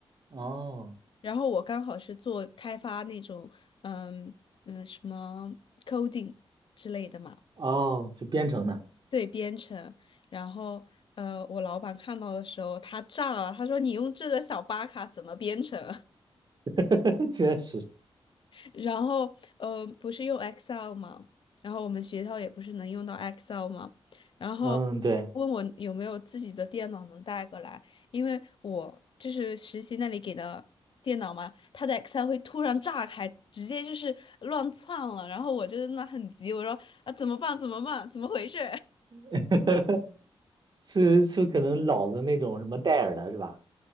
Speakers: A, on the right; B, on the left.
A: 哦
B: 然后我刚好是做开发那种，嗯嗯，什么 coding 之类的嘛，
A: 哦，就编程呢，
B: 对，编程。然后，呃，我老板看到的时候，他炸了，他说：“你用这个小巴卡怎么编程？”
A: <laughs> 确实，
B: 然后呃，不是用 Excel 吗？然后我们学校也不是能用到 Excel 吗？然后
A: 嗯，对，
B: 问我有没有自己的电脑能带过来，因为我就是实习那里给的电脑嘛，它的 Excel 会突然炸开，直接就是乱窜了。然后我就在那很急，我说啊怎么办？怎么办？怎么回事？
A: <laughs> 是是可能老的那种什么戴尔的是吧？